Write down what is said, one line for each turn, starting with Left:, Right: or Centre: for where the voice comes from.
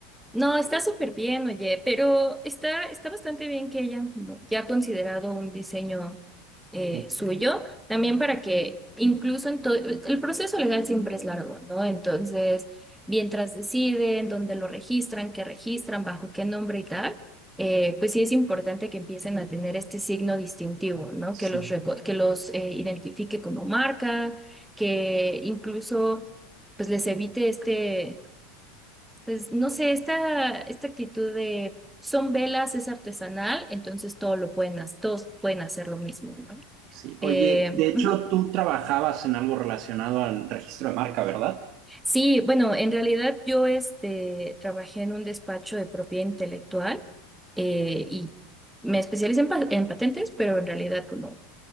Centre: No, está súper bien, oye, pero está, está bastante bien que hayan como ya considerado un diseño eh,
Right: ujú.
Centre: suyo, también para que incluso en todo, el proceso legal siempre es largo, ¿no? Entonces, mientras deciden dónde lo registran, qué registran, bajo qué nombre y tal, eh, pues sí es importante que empiecen a tener este signo distintivo, ¿no?
Right: Sí.
Centre: Que los, reco- que los eh, identifique como marca, que incluso pues les evite este... Pues no sé, esta, esta actitud de son velas, es artesanal, entonces todo lo pueden, ha- todos pueden hacer lo mismo, ¿no?
Right: Sí,
Centre: Eh,
Right: oye, de hecho
Centre: ujú.
Right: tú trabajabas en algo relacionado al registro de marca, ¿verdad?
Centre: Sí, bueno, en realidad yo este, trabajé en un despacho de propiedad intelectual eh, y me especialicé en, pa- en patentes, pero en realidad como